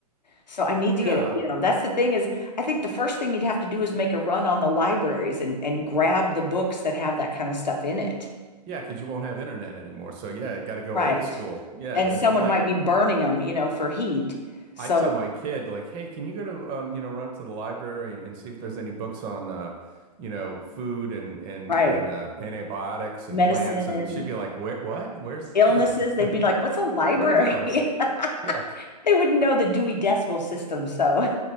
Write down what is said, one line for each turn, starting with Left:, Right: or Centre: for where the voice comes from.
Left: So I need
Right: yeah
Left: to get it. You know, that's the thing is, I think the first thing you'd have to do is make a run on the libraries and, and grab the books that have that kind of stuff in it.
Right: Yeah, because you won't have internet anymore. So yeah, got to go
Left: Right.
Right: old school. Yeah,
Left: And
Right: and
Left: someone
Right: it'd be like
Left: might be burning them, you know, for heat. So,
Right: I'd tell my kid like, "Hey, can you go to um, you know, run up to the library and, and see if there's any books on uh, you know, food and and
Left: right.
Right: and uh, antibiotics
Left: medicine
Right: and plants?" And she'd be like, "Where? What? Where's
Left: illnesses,
Right: that?
Left: they'd be like, what's a library?
Right: <laughs> Where to go?"
Left: <laughs>
Right: Yeah.
Left: They wouldn't know
Right: Uh,
Left: the Dewey Decimal System. So,